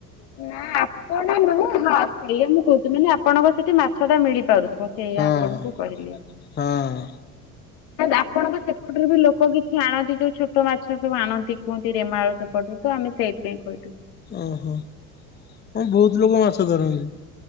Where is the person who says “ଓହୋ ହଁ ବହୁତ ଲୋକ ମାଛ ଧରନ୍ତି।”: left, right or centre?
Left